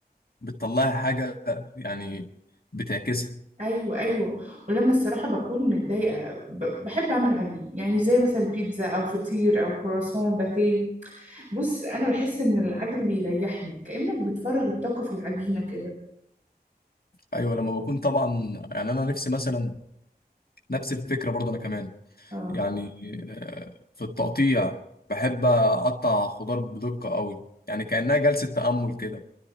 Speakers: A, on the left (about 65°); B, on the right (about 45°).
A: بتطلعي حاجة يعني بتعكسها
B: ايوه ايوه ولما الصراحة بكون متضايقة ب... بحب اعمل عجين يعني زي مثلا بيتزا او فطير او كرواسون باتيه بص انا بحس ان العجن بيريحني كأنك بتفرغ الطاقة في العجينة كده
A: أيوة لما بكون طبعا يعني أنا نفسي مثلا نفس الفكرة برضه أنا كمان
B: اه
A: يعني آه، في التقطيع بحب أقطع خضار بدقة قوي يعني كأنها جلسة تأمل كده